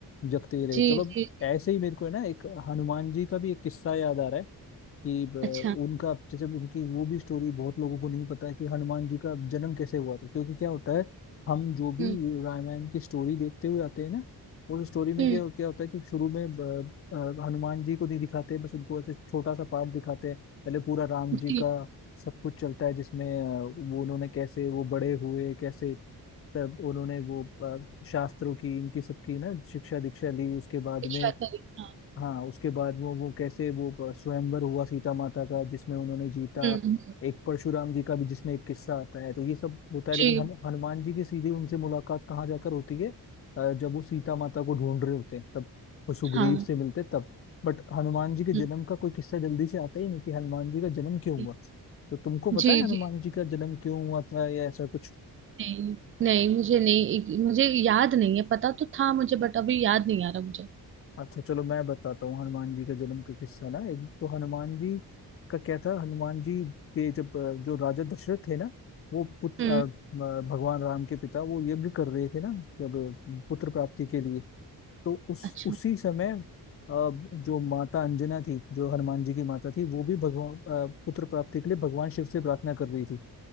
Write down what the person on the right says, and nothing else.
जी
जी
अच्छा
हम्म
हम्म
जी,
शिक्षा
करें हाँ,
हुँ, हुँ,
जी,
हाँ,
हुँ,
हुँ,
जी,
जी,
नहीं, नहीं मुझे नहीं मुझे याद नहीं है पता तो था मुझे बट अभी याद नहीं आ रहा मुझे
हम्म
अच्छा